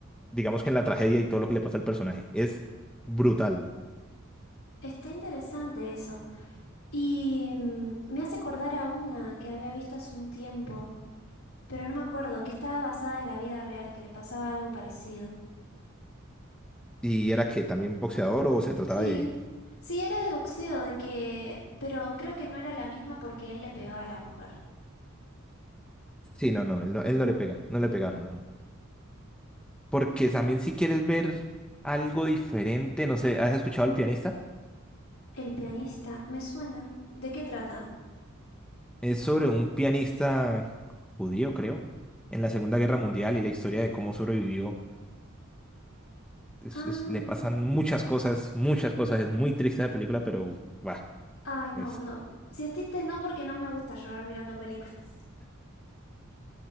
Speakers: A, in the centre; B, on the left.
A: digamos que en la tragedia y todo lo que le pasa al personaje. Es brutal.
B: está interesante eso. Y mm, me hace acordar a una que había visto hace un tiempo. pero no me acuerdo, que estaba basada en la vida real, que le pasaba algo parecido.
A: ¿Y era que también boxeador o se trataba
B: Sí,
A: de,
B: sí, era de boxeo, de que... pero creo que no era la misma porque él le pegaba a la mujer.
A: Sí, no, no, él no, él no le pega, no le pegaba, no. no. Porque también si quieres ver algo diferente, no sé, ¿has escuchado al pianista?
B: El pianista, me suena. ¿De qué trata?
A: Es sobre un pianista judío, creo, en la Segunda Guerra Mundial y la historia de cómo sobrevivió. Es-
B: Ah,
A: es- le pasan muchas cosas, muchas cosas. Es muy triste la película, pero va.
B: ay, no,
A: Es...
B: no. Si es triste, no, porque no me gusta llorar mirando películas. <laughs>